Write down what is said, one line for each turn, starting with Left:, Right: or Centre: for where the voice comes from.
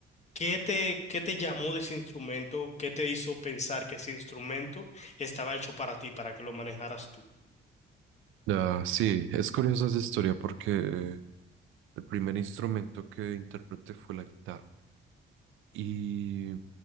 Left: ¿Qué te, qué te llamó de ese instrumento? ¿Qué te hizo pensar que ese instrumento estaba hecho para ti, para que lo manejaras tú?
Right: Ah, sí, es curiosa esa historia porque eh, el primer instrumento que interpreté fue la guitarra y